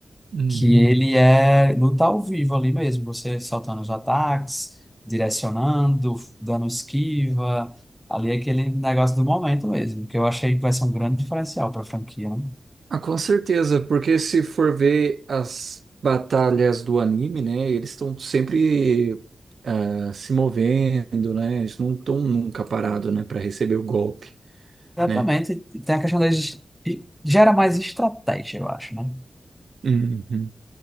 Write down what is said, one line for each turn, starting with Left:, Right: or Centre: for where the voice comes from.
Right: Hum.
Centre: que ele é luta ao vivo ali mesmo, você soltando os ataques, direcionando, dando esquiva. Ali é aquele negócio do momento mesmo, que eu achei que vai ser um grande diferencial para a franquia. né?
Right: Ah, com certeza, porque se for ver as batalhas do anime, né, eles estão sempre ah, se movendo, né, eles não estão nunca parados, né, para receber o golpe,
Centre: Exatamente.
Right: né.
Centre: E Tem a questão da es- e gera mais estratégia, eu acho, né?
Right: Uhum.